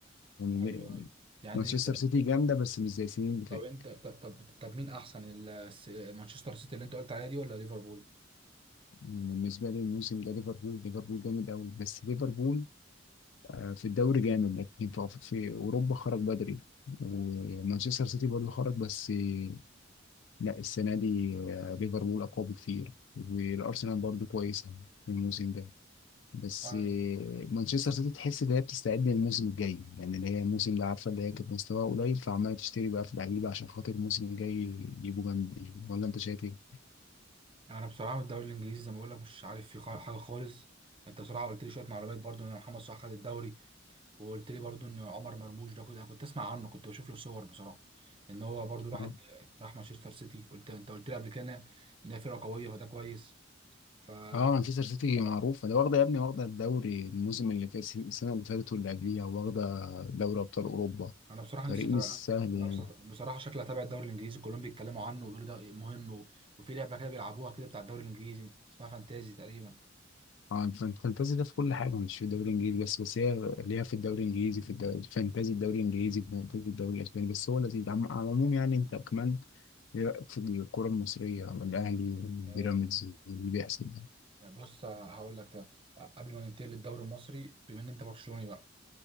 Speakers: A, on the left (about 70°); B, on the right (about 30°).
A: يعني
B: ايوه
A: ل-
B: ايوه يعني
A: مانشستر
B: ط-
A: سيتي جامده بس مش زي السنين اللي فاتت
B: طب انت ط- طب طب مين احسن ال- الس- مانشستر سيتي اللي انت قلت عليها دي ولا ليفربول
A: يعني بالنسبه لي الموسم ده ليفربول ليفربول جامد قوي بس ليفربول آه، في الدوري جامد لكن في أف- في اوروبا خرج بدري ومانشستر سيتي برضه خرج بس آه، لا السنه دي آه، ليفربول اقوى بكتير والارسنال برضه كويسه الموسم ده بس
B: ايوه
A: آه، مانشستر سيتي تحس ان هي بتستعد للموسم الجاي يعني اللي هي الموسم ده عارفه اللي هي كانت مستواها قليل فعماله تشتري بقى في لعيبه عشان خاطر الموسم الجاي يجيبوا جنبي ولا انت شايف ايه؟
B: انا بصراحه الدوري الانجليزي زي ما بقول لك مش عارف فيه خا- حاجه خالص انت بصراحه قلت لي شويه معلومات برضو ان محمد صلاح خد الدوري وقلت لي برضو ان عمر مرموش ده كنت انا كنت اسمع عنه كنت بشوف له صور بصراحه ان هو برضو راح
A: اه
B: راح مانشستر سيتي قلت انت قلت لي قبل كده ان هي فرقه قويه فده كويس ف
A: اه مانشستر سيتي
B: اه
A: معروفه ده واخده يا ابني واخده الدوري الموسم اللي فات السنه اللي فاتت واللي قبليها واخده دوري ابطال اوروبا
B: انا بصراحه
A: فريق
B: نفسي أتابع-
A: مش سهل يعني
B: انا بص- بصراحه شكلي هتابع الدوري الانجليزي كلهم بيتكلموا عنه ويقولوا ده مهم و... وفي لعبه كده بيلعبوها كده بتاع الدوري الانجليزي اسمها فانتازي تقريبا
A: اه الف- الفانتازي ده في كل حاجه مش في الدوري الانجليزي بس بس هي ليها في الدوري الانجليزي في الدوري الفانتازي الدوري الانجليزي الفانتازي الدوري الاسباني بس هو لذيذ عم- على العموم يعني انت كمان ايه رايك في الكره المصريه والاهلي والبيراميدز
B: آه،
A: اللي بيحصل ده
B: بص هقول لك ده قبل ما ننتقل للدوري المصري بما ان انت برشلوني بقى